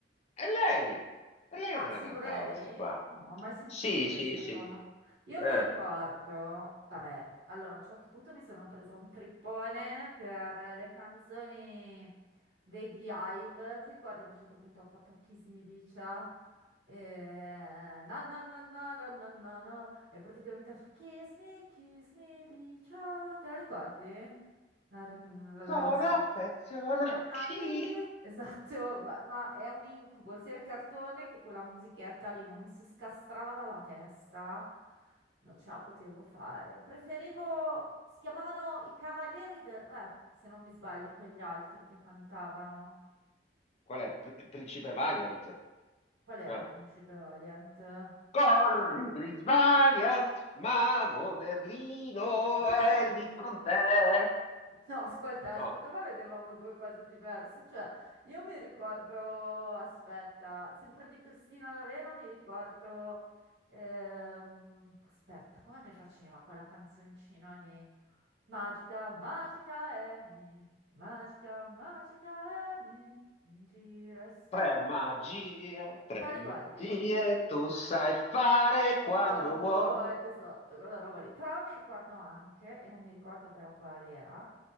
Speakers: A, on the left; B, on the right.
A: è lei, è lei
B: Ah,
A: che la
B: sempre
A: cantava
B: lei?
A: questa qua.
B: No, non ho mai sentita
A: Sì, sì,
B: sta
A: sì.
B: qua. Io
A: Eh.
B: mi ricordo, vabbè, allora a un certo punto mi sono preso un trippone per le canzoni, dei Beehive. Ti ricordi che a un certo punto ha fatto Kiss Me Licia? E... No, no, no, no, no, no, no, no. E praticamente Kiss Me, Kiss Me Licia. Te la ricordi? La, la,
A: Sono
B: la, la sigla.
A: affezionati.
B: Estate. Esatto, ma, ma è un incubo, sia il cartone che quella musichetta lì non mi si scastrava dalla testa, non ce la potevo fare. Preferivo, si chiamavano i Cavalieri del Re, se non mi sbaglio, quegli altri che cantavano.
A: Qual è? Pr- Principe Valiant?
B: Qual era
A: No.
B: il principe Valiant? Ma
A: Corri, Prince Valiant, mago Merlino
B: com'è
A: è
B: che... <laughs>
A: lì con te.
B: No, ascolta,
A: No.
B: secondo me vedevamo due cose diverse. Cioè, io mi ricordo, aspetta, sempre di Cristina Lavena mi ricordo... ehm, aspetta, com'è che faceva quella canzoncina lì? Magica, magica Amy, magica, magica Amy, gira e sfer-
A: Tre magia, tre
B: Te la
A: magie,
B: ricordi?
A: tu sai fare quando
B: Quando
A: vuoi.
B: vuoi, esatto, quella roba lì. Però mi ricordo anche, e non mi ricordo però quale era,